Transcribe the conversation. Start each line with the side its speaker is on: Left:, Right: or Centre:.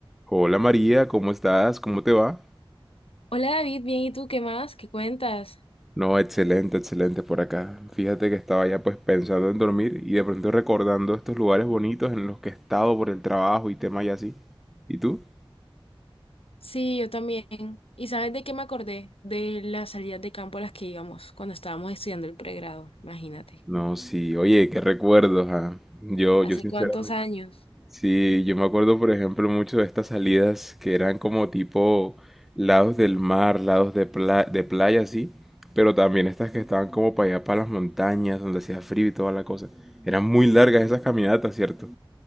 Centre: Hola María, ¿cómo estás? ¿Cómo te va?
Left: Hola David, bien, ¿y tú qué más? ¿Qué cuentas?
Centre: No, excelente, excelente por acá. Fíjate que estaba ya pues pensando en dormir y de pronto recordando estos lugares bonitos en los que he estado por el trabajo y temas y así. ¿Y tú?
Left: Sí, yo también. ¿Y sabes de qué me acordé? De las salidas de campo a las que íbamos cuando estábamos estudiando el pregrado, imagínate.
Centre: No, sí, oye, qué recuerdos, ah. Yo,
Left: ¿Hace
Centre: yo sinceramente.
Left: cuántos años?
Centre: Sí, yo me acuerdo por ejemplo mucho de estas salidas que eran como tipo lados del mar, lados de, pla- de playa, así, pero también estas que estaban como para allá, para las montañas, donde hacía frío y toda la cosa. Eran muy largas esas caminatas, ¿cierto?